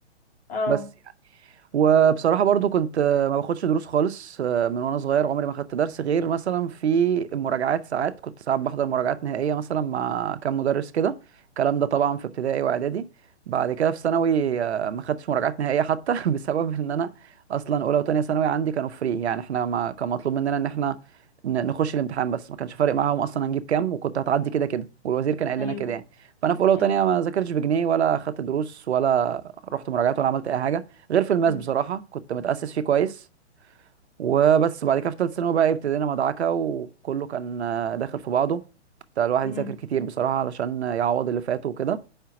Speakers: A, on the left; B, on the right.
A: اه
B: بس وبصراحة برضو كنت آه، ما باخدش دروس خالص آه، من وانا صغير عمري ما خدت درس غير مثلا في المراجعات ساعات كنت ساعات بحضر مراجعات نهائية مثلا مع كام مدرس كده الكلام ده طبعا في ابتدائي واعدادي بعد كده في ثانوي آه، ما خدتش مراجعات نهائية حتى <laughs> بسبب ان انا اصلا اولى وتانية ثانوي عندي كانوا فري يعني احنا ما كان مطلوب مننا ان احنا ن- نخش الامتحان بس ما كانش فارق معاهم اصلا هنجيب كام وكنت هتعدي كده كده والوزير كان قال
A: ايوه
B: لنا كده يعني فانا في اولى
A: ايوه
B: وتانية ما ذاكرتش بجنيه ولا خدت دروس ولا رحت مراجعات ولا عملت اي حاجة غير في الماس
A: مم.
B: بصراحة كنت متأسس فيه كويس وبس بعد كده في تالتة ثانوي بقى إيه، ابتدينا مدعكة وكله كان آه، داخل في بعضه بتاع الواحد
A: مم.
B: يذاكر كتير بصراحة علشان يعوض اللي فاته وكده